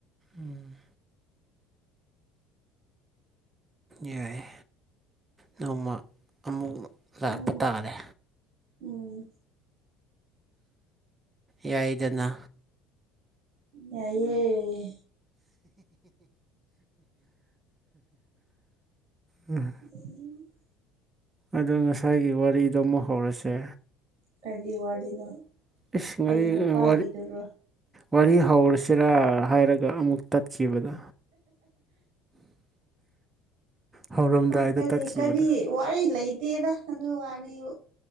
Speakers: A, on the right (about 20°); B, on the right (about 55°).
A: ꯎꯝ ꯌꯥꯏꯌꯦ ꯅꯣꯡꯃ ꯑꯃꯨꯛ ꯂꯥꯛꯄ
B: ꯎꯝ
A: ꯇꯥꯔꯦ
B: ꯎꯝ
A: ꯌꯥꯏꯗꯅ
B: ꯌꯥꯏꯌꯦ
A: ꯎꯝ <unintelligible>
B: ꯑꯗꯨ <inaudible>
A: ꯑꯗꯣ ꯉꯁꯥꯏꯒꯤ ꯋꯥꯔꯤꯗꯣ ꯑꯃꯨꯛ ꯍꯧꯔꯁꯦ
B: ꯀꯔꯤ ꯋꯥꯔꯤꯅꯣ
A: ꯏꯁ ꯉꯔꯤ
B: ꯑꯩ ꯅꯨꯄꯥꯒꯤꯗꯨꯔꯣ
A: ꯋꯥꯔꯤ ꯋꯥꯔꯤ ꯍꯧꯔꯁꯤꯔꯥ ꯍꯥꯏꯔꯒ ꯑꯃꯨꯛ ꯇꯠꯈꯤꯕꯗꯣ ꯍꯧꯔꯝꯗꯥꯏꯗ
B: ꯍꯣꯏ ꯀꯔꯤ
A: ꯇꯠꯈꯤꯕꯗꯣ
B: ꯀꯔꯤ ꯋꯥꯔꯤ ꯂꯩꯇꯦꯗ ꯑꯗꯨ ꯋꯥꯔꯤꯕꯨ